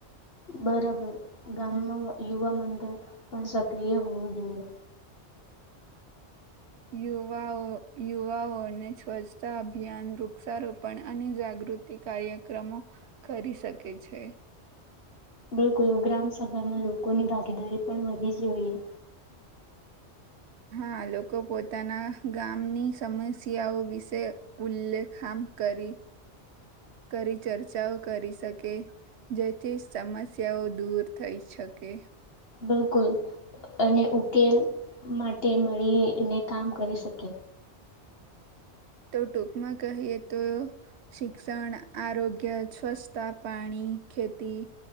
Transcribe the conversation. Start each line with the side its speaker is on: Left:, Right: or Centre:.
Left: બરાબર. ગામમાં યુવા મંડળ પણ સક્રિય હોવું જોઈએ.
Right: યુવાઓ યુવાઓને સ્વચ્છતા અભિયાન, વૃક્ષારોપણ અને જાગૃતિ કાર્યક્રમો કરી શકે છે.
Left: બિલકુલ ગ્રામ સભામાં લોકોની ભાગીદારી પણ વધવી જોઈએ.
Right: હા લોકો પોતાના ગામની સમસ્યાઓ વિશે ઉલ્લેખામ કરી કરી ચર્ચાઓ કરી શકે જેથી સમસ્યાઓ દૂર થઈ શકે.
Left: બિલકુલ અને ઉકેલ માટે મળીને કામ કરી શકે.
Right: તો ટૂંકમાં કહીએ તો શિક્ષણ, આરોગ્ય, સ્વચ્છતા, પાણી ખેતી,